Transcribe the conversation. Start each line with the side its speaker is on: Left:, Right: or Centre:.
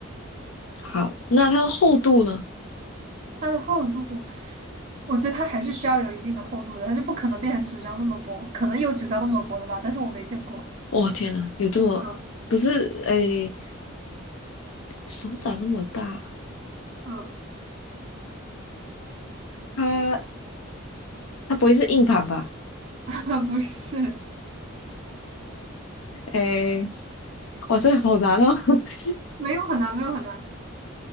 Left: 好，那它的厚度呢？
Right: 它的厚度，我觉得它还是需要有一定的厚度的，它就不可能变成纸张那么薄，可能有纸张那么薄的吧，但是我没见过，
Left: 哇，天呐，有这么，
Right: 嗯
Left: 不是，诶，手掌那么大，
Right: 嗯，
Left: 它它不会是硬盘吧？
Right: <laughs> 不是，
Left: 诶，哇，这个好难哦。<laughs>
Right: 没有很难，没有很难，